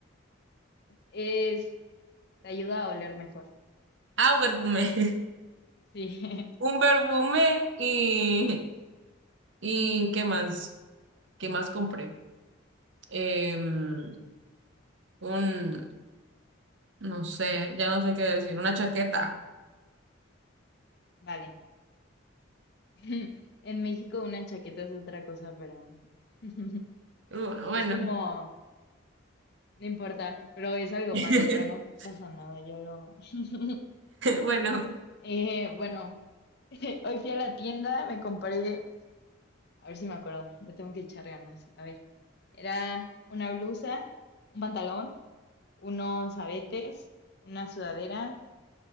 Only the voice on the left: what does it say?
es, te ayuda a oler mejor.
Sí, <laughs>
vale. <laughs> En México una chaqueta es otra cosa, pero <laughs>
es como No importa, pero es algo
malo, pero no pasa nada, yo lo... <laughs>
Eh, bueno, <laughs> hoy fui a la tienda, me compré, a ver si me acuerdo, le tengo que echar ganas, a ver, era una blusa, un pantalón, unos aretes, una sudadera,